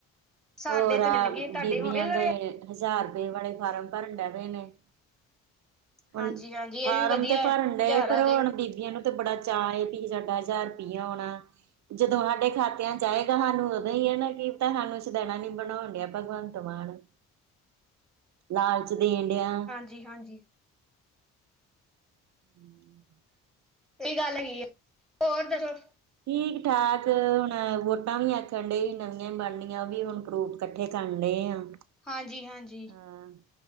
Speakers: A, in the centre; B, on the right (about 65°).
A: ਸਾਡੇ
B: ਹੋਰ
A: ਤੇ
B: ਆ
A: ਮਿਲ ਗਏ ਤੁਹਾਡੇ
B: ਬੀਬੀਆਂ
A: ਹੁਣ ਮਿਲ ਰਹੇ
B: ਦੇ ਹਜ਼ਾਰ ਰੁਪਏ ਵਾਲੇ ਫਾਰਮ ਭਰਨ ਡੈਂ ਪਏ ਨੇ। ਹੁਣ
A: ਹਾਂਜੀ ਹਾਂਜੀ ਇਹ
B: ਫਾਰਮ
A: ਵੀ ਵਧੀਆ
B: ਤੇ ਭਰਨ
A: ਹੈ
B: ਡਏ
A: ਹਜ਼ਾਰ
B: ਪਰ
A: ਆ ਜਾਏਗਾ
B: ਹੁਣ ਬੀ ਬੀਬੀਆਂ ਨੂੰ ਤੇ ਬੜਾ ਚਾਅ ਵੀ ਸਾਡਾ ਹਜ਼ਾਰ ਰੁਪਈਆ ਆਉਣਾ। ਜਦੋਂ ਹਾਡੇ ਖਾਤਿਆਂ 'ਚ ਆਏਗਾ ਹਾਨੂੰ ਉਦੋਂ ਈ ਏ ਨਾ ਕੀ ਪਤਾ ਹਾਨੂੰ ਦੇਣਾ ਨੀ ਬਣਾਉਣ ਡਿਆ ਭਗਵੰਤ ਮਾਨ ਲਾਲਚ ਦੇਣ ਡਿਆਂ।
A: ਜੀ-ਹਾਂਜੀ
B: <inaudible>
A: ਸਈ ਗੱਲ ਹੈਗੀ ਏ ਹੋਰ ਦੱਸੋ।
B: ਠੀਕ-ਠਾਕ, ਹੁਨ ਵੋਟਾਂ ਵੀ ਆਖਨ ਡੇ ਨਵੀਆਂ ਈ ਬਣਨੀਆਂ ਵੀ ਹੁਨ। ਪਰੂਫ਼ ਕੱਠੇ ਕਰਨ ਡਏ ਆ
A: ਹਾਂਜੀ-ਹਾਂਜੀ।
B: ਹਾਂ